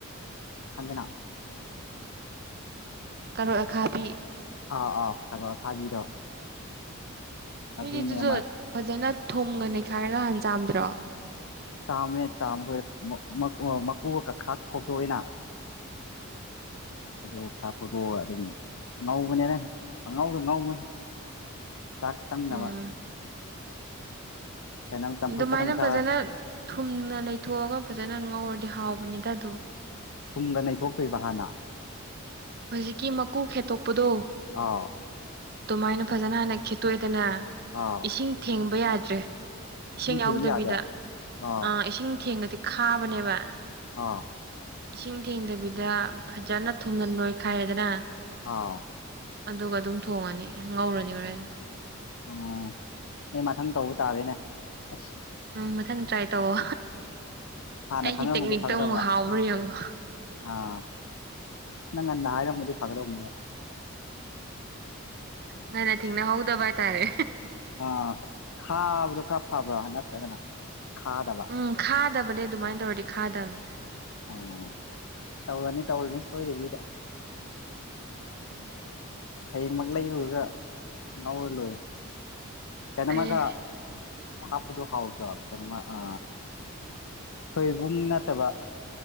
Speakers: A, on the left; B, on the right.
A: ꯈꯪꯉꯦꯅꯥ
B: ꯎꯝ ꯀꯥꯔꯣꯠ ꯑꯈꯥꯕꯤ
A: ꯑꯥꯎ ꯑꯥꯎ ꯀꯥꯔꯣꯠ ꯑꯈꯥꯕꯤꯗꯣ
B: ꯅꯣꯏꯒꯤ
A: ꯑꯗꯨꯅꯦ
B: ꯑꯗꯨꯁꯨ
A: ꯑꯃ
B: ꯐꯖꯅ ꯊꯨꯝꯒ ꯅꯩꯈꯥꯏꯔꯒ ꯍꯥꯟ ꯆꯥꯝꯗ꯭ꯔꯣ
A: ꯆꯥꯝꯃꯦ ꯆꯥꯝꯃꯗꯣꯏ ꯃꯀꯨꯀ ꯈꯥꯛ ꯈꯣꯛꯗꯣꯛꯑꯦꯅꯥ
B: ꯑꯥ
A: ꯑꯗ ꯊꯥꯛꯄꯗꯣ ꯑꯗꯨꯝ ꯉꯧꯕꯅꯦ ꯅꯪ ꯑꯉꯧꯗꯣ ꯉꯧꯕꯅꯦ ꯆꯥꯛ ꯆꯪꯕ
B: ꯎꯝ
A: ꯀꯩꯅꯣ ꯆꯝꯐꯨꯠ
B: ꯑꯗꯨꯃꯥꯏꯅ
A: ꯈꯛꯇꯪ ꯆꯥ
B: ꯐꯖꯅ ꯊꯨꯝꯅ ꯅꯩꯊꯣꯛꯑꯒ ꯐꯖꯅ ꯉꯧꯔꯗꯤ ꯍꯥꯎꯕꯅꯤꯗ ꯑꯗꯨꯝ
A: ꯊꯨꯝꯒ ꯅꯩꯊꯣꯛꯇꯣꯏꯕ ꯍꯥꯟꯅ
B: ꯍꯧꯖꯤꯛꯀꯤ ꯃꯀꯨ ꯈꯦꯠꯇꯣꯛꯄꯗꯣ
A: ꯑꯥ
B: ꯑꯗꯨꯃꯥꯏꯅ ꯐꯖꯅ ꯍꯥꯟꯅ ꯈꯦꯠꯇꯣꯛꯑꯦꯗꯅꯥ
A: ꯑꯥꯎ
B: ꯏꯁꯤꯡ ꯊꯦꯡꯕ ꯌꯥꯗ꯭ꯔꯦ ꯏꯁꯤꯡ
A: ꯊꯦꯡꯕ
B: ꯌꯥꯎꯗꯕꯤꯗ
A: ꯌꯥꯗꯦ ꯑꯥꯎ
B: ꯑꯥ ꯏꯁꯤꯡ ꯊꯦꯡꯉꯗꯤ ꯈꯥꯕꯅꯦꯕ
A: ꯑꯥ
B: ꯏꯁꯤꯡ ꯊꯦꯡꯗꯕꯤꯗ ꯐꯖꯅ ꯊꯨꯝꯅ ꯅꯣꯏꯈꯥꯏꯔꯦꯗꯅꯥ
A: ꯑꯥꯎ
B: ꯑꯗꯨꯒ ꯑꯗꯨꯝ ꯊꯣꯡꯉꯅꯤ ꯉꯧꯔꯅꯤ ꯍꯣꯔꯦꯟ
A: ꯑꯣ ꯑꯩ ꯃꯊꯪ ꯇꯧꯕ ꯇꯥꯗꯦꯅꯦ ꯑꯁ
B: ꯎꯝ ꯃꯊꯪ ꯇ꯭ꯔꯥꯏ ꯇꯧꯋꯣ
A: ꯍꯥꯟꯅ
B: ꯑꯩꯒꯤ
A: ꯈꯪꯉꯝꯃꯗꯤ
B: ꯇꯦꯛꯅꯤꯛꯇꯣ
A: ꯐꯒꯗꯧꯕ
B: ꯑꯃꯨꯛ ꯍꯥꯎꯕꯔꯥ ꯌꯦꯡꯉꯣ
A: ꯑꯥ ꯅꯪ ꯉꯟꯅ ꯍꯥꯏꯔꯝꯃꯗꯤ ꯐꯒꯗꯧꯕꯅꯦ
B: ꯉꯟꯅ ꯊꯦꯡꯅꯍꯧꯗꯕ ꯍꯥꯏꯇꯥꯔꯦ
A: ꯑꯥ ꯈꯥꯕꯗꯨ ꯈꯔ ꯐꯕ꯭ꯔꯥ ꯅꯠꯇ꯭ꯔꯒꯅ ꯈꯥꯗꯕ
B: ꯎꯝ ꯈꯥꯗꯕꯅꯦ ꯑꯗꯨꯃꯥꯏꯅ ꯇꯧꯔꯗꯤ ꯈꯥꯗꯕꯅꯦ
A: ꯑꯣ ꯇꯧꯔꯅꯤ ꯇꯧꯔꯅꯤ ꯁꯣꯏꯗꯕꯤꯗ
B: ꯎꯝ
A: ꯍꯌꯦꯡꯃꯛ ꯂꯩꯔꯨꯔꯒ ꯉꯧꯔ ꯂꯣꯏꯔꯦ ꯀꯩꯅꯃꯒ
B: ꯑꯩ
A: ꯍꯥꯞꯄꯗꯨ ꯍꯥꯎꯗ꯭ꯔꯣ ꯀꯩꯅꯣꯃ ꯑ ꯁꯣꯏꯕꯨꯝ ꯅꯠꯇꯕ